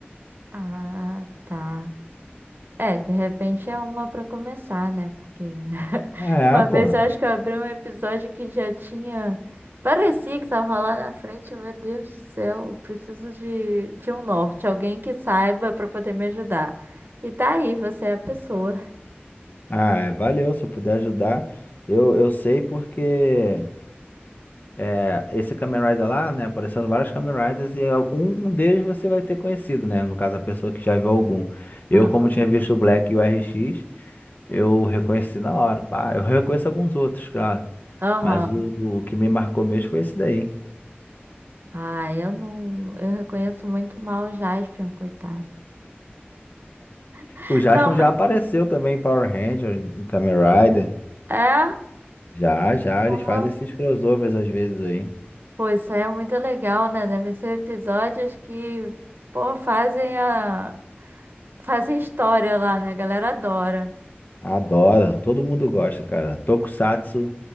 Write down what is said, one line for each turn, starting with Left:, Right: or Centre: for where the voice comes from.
Right: Ah, tá. É, de repente é uma pra começar, né? Porque <laughs>
Left: É,
Right: uma
Left: pô.
Right: vez eu acho que eu abri um episódio que já tinha. Parecia que tava lá na frente, meu Deus do céu, preciso de, de um norte, alguém que saiba pra poder me ajudar. E tá aí, você é a pessoa.
Left: Ah, é, valeu, se eu puder ajudar. Eu, eu sei porque é, esse Kamen Rider lá, né, aparecendo vários Kamen Riders e um, um deles você vai ter conhecido, né? No caso, a pessoa que já viu algum. Eu,
Right: Aham.
Left: como tinha visto o Black e o RX, eu reconheci na hora. Pá, eu reconheço alguns outros, claro.
Right: Aham.
Left: Mas o, o que me marcou mesmo foi esse daí.
Right: Ah, eu não. Eu reconheço muito mal o Jaspion, coitado. <laughs>
Left: O Jaspion
Right: Não, mas.
Left: já apareceu também em Power Ranger, em Kamen Rider.
Right: É?
Left: Já, já,
Right: Nossa.
Left: eles fazem esses crossovers às vezes aí.
Right: Pô, isso aí é muito legal, né? deve ser episódios que, pô, fazem a... fazem história lá, né? A galera adora.
Left: Adoro, todo mundo gosta, cara. Tokusatsu.